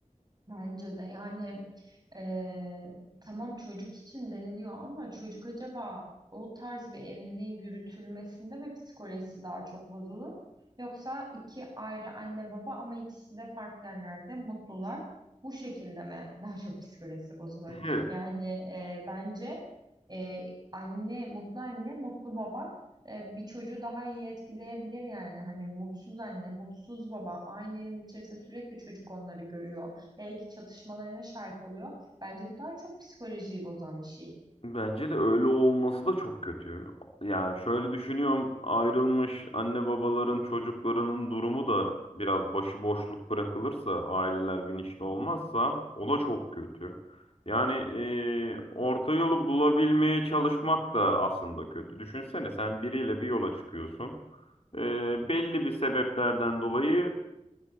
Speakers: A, on the right; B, on the left.
A: Bence de yani eee, tamam çocuk için deniliyor ama çocuk acaba o tarz bir evliliğin yürütülmesinde mi psikolojisi daha çok bozulur? Yoksa iki ayrı anne baba ama ikisi de farklı yerlerde mutlular. Bu şekilde mi <laughs> daha çok psikolojisi bozulur?
B: Evet.
A: Yani eee, bence eee, anne mutlu anne mutlu baba eee, bir çocuğu daha iyi etkileyebilir yani. Hani mutsuz anne mutsuz baba aynı evin içerisinde sürekli çocuk onları görüyor belki çatışmalarına şahit oluyor. Bence bu daha çok psikolojiyi bozan bir şey.
B: Bence de öyle olması da çok kötü. Yani şöyle düşünüyorum, ayrılmış anne babaların çocuklarının durumu da biraz başıboşluk bırakılırsa, aileler bilinçli olmazsa o da çok kötü. Yani e, orta yolu bulabilmeye çalışmak da aslında kötü. Düşünsene sen biriyle bir yola çıkıyorsun. E, belli bir sebeplerden dolayı